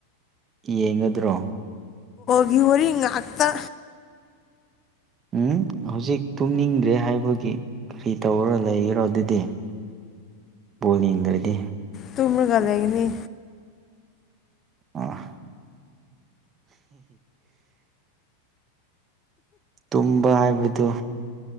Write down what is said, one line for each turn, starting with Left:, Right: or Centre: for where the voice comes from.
Right: ꯌꯦꯡꯒꯗ꯭ꯔꯣ
Left: ꯒꯤ ꯎꯔꯤ ꯍ ꯑꯥꯛꯇ
Right: ꯎꯝ ꯍꯧꯖꯤꯛ ꯇꯨꯝꯅꯤꯡꯗ꯭ꯔꯦ ꯍꯥꯏꯕꯒꯤ ꯀꯔꯤ ꯇꯧꯔꯣ ꯂꯩꯈ꯭ꯔꯣ ꯑꯗꯨꯗꯤ ꯕꯣꯜ ꯌꯦꯡꯗꯔꯗꯤ
Left: ꯇꯨ ꯃꯒ ꯂꯩꯒꯤꯅꯤ
Right: ꯑ ꯇꯨꯝꯕ ꯍꯥꯏꯕꯗꯨ